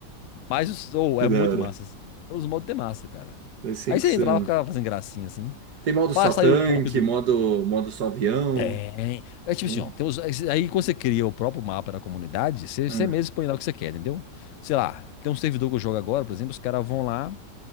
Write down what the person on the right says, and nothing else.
Que
da
hora.
Vai ser
insano.
Tem modo só
tanque,
modo, modo só avião.
Tem.
Ah.